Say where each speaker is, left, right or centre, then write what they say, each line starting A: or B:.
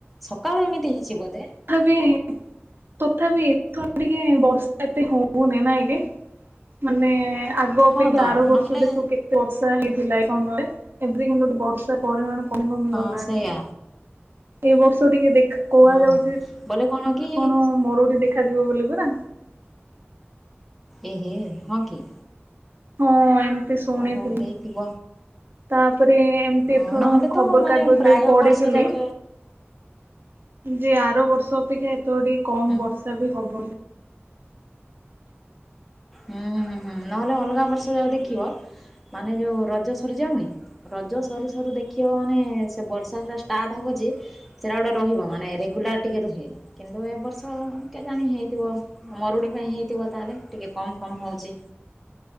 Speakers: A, in the centre; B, on the right (about 55°).
A: ସକାଳୁ ଏମିତି ହେଇଚି ବୋଧେ।
B: ତଥାପି ତଥାପି ଏଥର ଟିକେ ବର୍ଷା ଏତେ ହୋଉନି ନାଇଁକି? ମାନେ ଆଗ ଅପେକ୍ଷା
A: ହଁ ତ
B: ଆର ବର୍ଷ
A: ନହେଲେ
B: ଦେଖ କେତେ ବର୍ଷା ହେଇଥିଲା ଏ ସମୟରେ ଏବେ କିନ୍ତୁ ବର୍ଷା ପରିମାଣ କମି କମି
A: ହଁ
B: ଗଲାଣି।
A: ସେଇଆ
B: ଏ ବର୍ଷ ଟିକେ ଦେଖା କୁହାଯାଉଛି
A: ହଁ ବୋଲେ କି
B: କଣ ମରୁଡି ଦେଖାଯିବ ବୋଲି ପରା।
A: ଏ ହେ ହଁ କି?
B: ହଁ ଏମତି ଶୁଣିଥିଲି
A: ଓହୋ ହେଇଥିବ
B: ତାପରେ ଏମତି
A: ଅ,
B: ଏଥର
A: ନହେଲେ ତ
B: ଖବର
A: ମାନେ
B: କାଗଜରେ
A: ପ୍ରାୟ
B: ବି ପଢିଥିଲି।
A: ବର୍ଷ ଯାକ
B: ଯେ ଆର ବର୍ଷ ଅପେକ୍ଷା ଏଥର ଟିକେ କମ
A: ହୁଁ
B: ବର୍ଷା ବି ହବ। ବୋଲି।
A: ହୁଁ ହୁଁ ହୁଁ ନହେଲେ ଅଲଗା ବର୍ଷେ ଦେଖିବ ମାନେ ଯୋଉ ରଜ ସରିଯାଉନି ରଜ ସରୁ ସରୁ ଦେଖିବ ମାନେ ସେ ବର୍ଷା ହେବା ଷ୍ଟାର୍ଟ ହବ ଯେ ସେଇଟା ଗୋଟେ ରହିବ ମାନେ ରେଗୁଲାର ଟିକେ ରୁହେ। କିନ୍ତୁ ଏ ବର୍ଷ କେଜାଣି ହେଇଥିବ ମରୁଡି ପାଇଁ ହେଇଥିବ ତାହେଲେ ଟିକେ କମ୍ କମ୍ ହୋଉଚି।